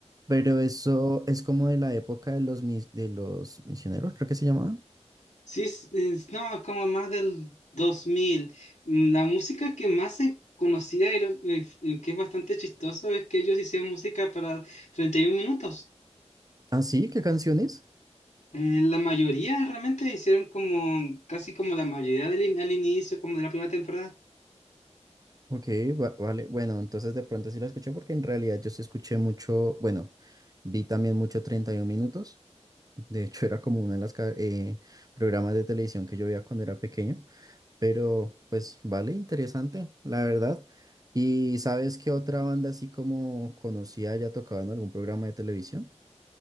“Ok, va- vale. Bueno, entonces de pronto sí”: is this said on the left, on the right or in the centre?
Right